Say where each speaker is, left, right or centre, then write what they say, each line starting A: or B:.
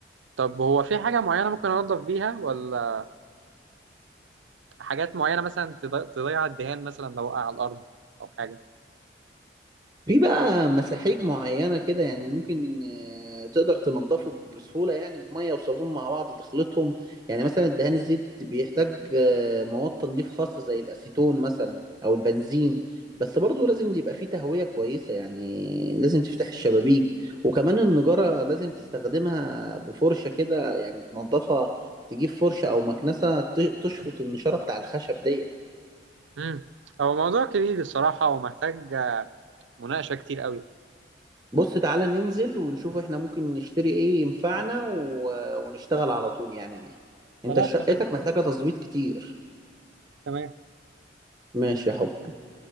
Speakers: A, on the right; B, on the right.
A: طب هو في حاجة معينة ممكن أنظف بيها ولا حاجات معينة مثلا تضي- تضيع الدهان مثلا لو وقع على الأرض أو حاجة
B: في بقى مساحيق معينة كده يعني ممكن آه، تقدر تنضفه بسهولة يعني بمية وصابون مع بعض تخلطهم يعني مثلا الدهان الزيت بيحتاج آه، مواد تنظيف خاصة زي الأسيتون مثلا أو البنزين بس برضه لازم يبقى فيه تهوية كويسة يعني لازم تفتح الشبابيك وكمان النجارة لازم تستخدمها بفرشة كده يعني تنضفها تجيب فرشة أو مكنسة ت- تشفط النشارة بتاع الخشب دي
A: امم هو موضوع كبير الصراحة ومحتاج مناقشة كتير قوي
B: بص تعالى ننزل ونشوف احنا ممكن نشتري ايه ينفعنا و... ونشتغل على طول يعني بيه انت
A: خلاص
B: شقتك
A: تمام
B: محتاجة تظبيط كتير
A: تمام
B: ماشي يا حبي